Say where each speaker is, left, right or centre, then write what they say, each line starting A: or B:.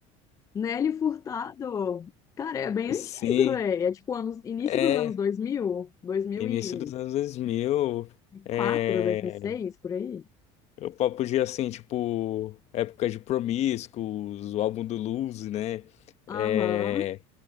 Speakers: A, on the left (about 20°); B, on the left (about 50°).
A: Nelly Furtado, cara, é bem antigo,
B: Sim,
A: velho. É tipo anos, início
B: é.
A: dos anos dois mil, dois mil
B: Início
A: e
B: dos anos 2000. É.
A: quatro, dois mil e seis, por aí.
B: Eu pa- podia, assim, tipo, época de Promiscuous, o álbum do Lose, né?
A: Aham.
B: É,